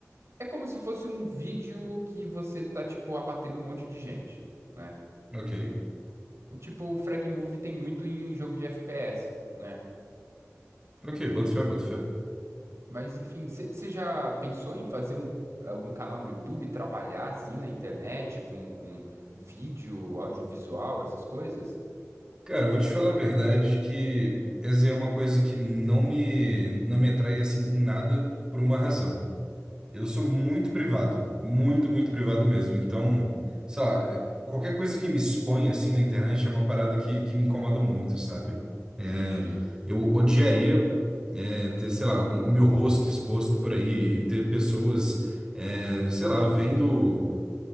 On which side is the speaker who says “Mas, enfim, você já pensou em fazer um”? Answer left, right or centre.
Right